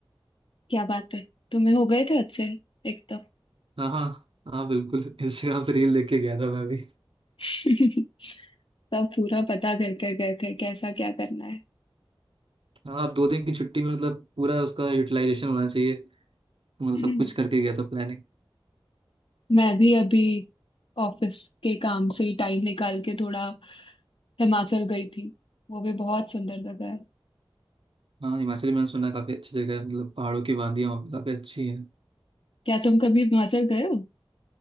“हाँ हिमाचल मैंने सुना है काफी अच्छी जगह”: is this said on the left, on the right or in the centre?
Right